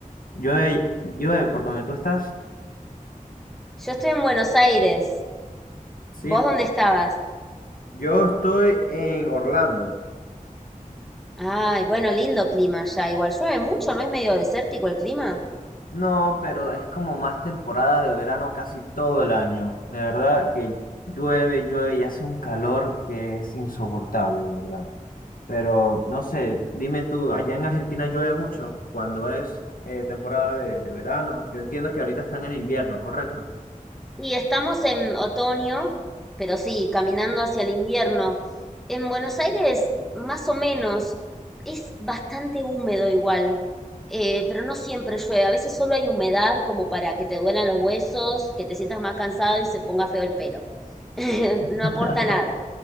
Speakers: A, on the left (about 80°); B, in the centre.
A: Llueve, llueve por donde tú estás.
B: Yo estoy en Buenos Aires.
A: Sí,
B: ¿Vos dónde
A: pero
B: estabas?
A: yo estoy en Orlando.
B: Ay, bueno, lindo clima ya. Igual llueve mucho, ¿no es medio desértico el clima?
A: No, pero es como más temporada de verano casi todo el año. De verdad que llueve, llueve y hace un calor que es insoportable, de verdad. Pero no sé, dime tú, allá en Argentina llueve mucho cuando es eh, temporada de, de verano. Yo entiendo que ahorita están en invierno, ¿correcto?
B: Y estamos en otoño, pero sí, caminando hacia el invierno. En Buenos Aires, más o menos, es bastante húmedo igual, eh, pero no siempre llueve. A veces solo hay humedad como para que te duelan los huesos, que te sientas más cansado y se ponga feo el pelo. <laughs> No
A: <laughs>
B: aporta nada.